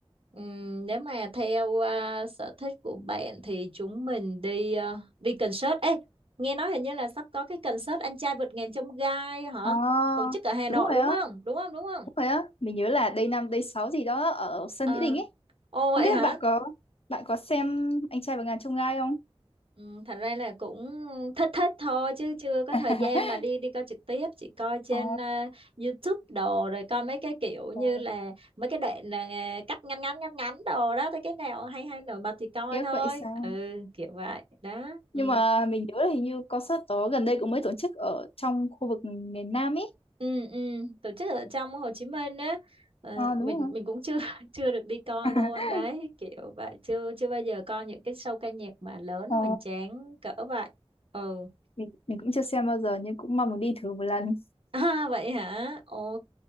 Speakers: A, on the right (about 60°); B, on the left (about 65°).
A: Ừm, nếu mà theo à, sở thích của bạn thì chúng mình đi à, đi concert ấy nghe nói hình như là sắp có cái concert anh trai vượt ngàn chông gai hả
B: ờ,
A: tổ chức ở Hà
B: đúng
A: Nội
B: rồi
A: đúng
B: á,
A: không đúng không đúng không
B: đúng rồi á. Mình nhớ là Day 5 Day 6 gì đó ở sân
A: à,
B: Mỹ Đình ấy.
A: ồ vậy
B: Không biết
A: hả
B: bạn có bạn có xem Anh trai và ngàn chông gai không?
A: Ừ, thật ra là cũng thích thích thôi chứ chưa có
B: <laughs>
A: thời gian mà đi đi coi trực tiếp chỉ coi trên
B: Ờ,
A: ờ, YouTube đồ rồi coi mấy cái kiểu như
B: ờ,
A: là mấy cái đoạn ờ, cắt ngắn ngắn ngắn ngắn đồ đó thấy cái nào hay hay nổi bật thì coi
B: tiếc
A: thôi
B: vậy sao?
A: ừ kiểu vậy đó ừ
B: nhưng mà mình nhớ là hình như concert đó gần đây cũng mới tổ chức ở trong khu vực miền Nam ấy
A: ừ ừ tổ chức ở trong Hồ Chí Minh á ờ,
B: ờ đúng
A: mình
B: rồi
A: mình cũng chưa <laughs> chưa được đi coi
B: <laughs>
A: luôn đấy kiểu vậy chưa chưa bao giờ coi những cái show ca nhạc mà lớn
B: ờ,
A: hoành tráng cỡ vậy ừ
B: mình mình cũng chưa xem bao giờ nhưng cũng mong được đi thử một lần
A: À, vậy hả? Ok